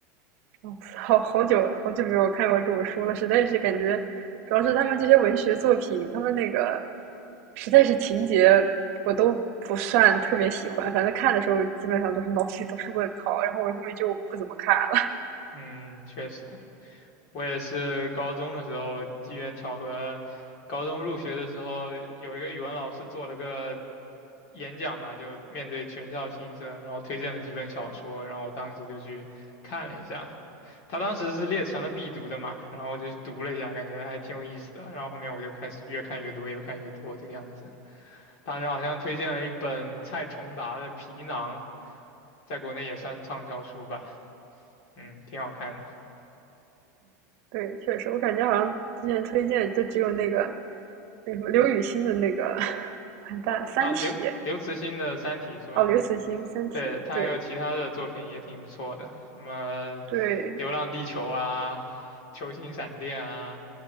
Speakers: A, on the right; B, on the left.
A: 哦，好好久好久没有看过这种书了，实在是感觉，主要是他们这些文学作品，他们那个实在是情节我都不算特别喜欢，反正看的时候基本上都是脑子里都是问号，然后我后面就不怎么看了。
B: 嗯，确实，我也是高中的时候机缘巧合，高中入学的时候有一个语文老师做了个演讲嘛，就面对全校新生，然后推荐了几本小说，然后我当时就去看了一下，他当时是列成了必读的嘛，然后我就去读了一下，感觉还挺有意思的。然后后面我就开始越看越多，越看越多这个样子。当时好像推荐了一本蔡崇达的《皮囊》，在国内也算畅销书吧，嗯，挺好看的
A: <laughs> 对，确实，我感觉好像之前推荐就只有那个那什么刘雨欣的那个 <laughs> 完蛋《三体》
B: 啊。刘刘慈欣的《三体》是吗？
A: 哦，刘慈欣《三体》对
B: 对，他还有其他的作品也挺不错的，什么
A: 对
B: 《流浪地球》啊，《球形闪电》啊